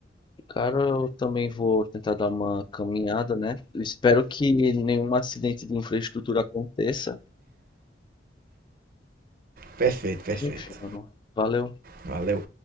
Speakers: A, on the left (about 25°); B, on the right (about 50°).
A: Cara, eu também vou tentar dar uma caminhada, né? Eu espero que nenhum acidente de infraestrutura aconteça.
B: Perfeito, perfeito.
A: Mas enfim, mano. Valeu.
B: Valeu.